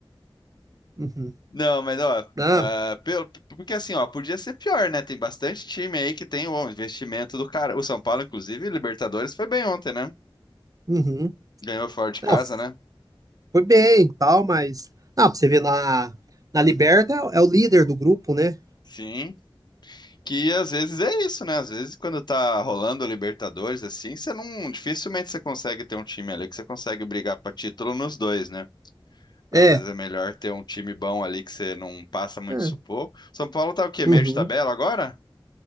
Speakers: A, on the right (about 40°); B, on the left (about 50°).
A: Uhum.
B: Não, mas ó,
A: Não,
B: ah, pelo, porque assim, ó, podia ser pior, né? Tem bastante time aí que tem o investimento do cara. O São Paulo, inclusive, Libertadores foi bem ontem, né?
A: uhum.
B: Ganhou fora de casa,
A: Não,
B: né?
A: foi bem e tal, mas. Ah, pra você ver na, na Liberta é o líder do grupo, né?
B: Sim. Que às vezes é isso, né? Às vezes quando tá rolando o Libertadores assim, você não dificilmente você consegue ter um time ali que você consegue brigar pra título nos dois, né?
A: É.
B: Às vezes é melhor ter um time bom ali que você não passa muito
A: É.
B: sufoco. São Paulo tá o quê?
A: Uhum.
B: Meio de tabela agora?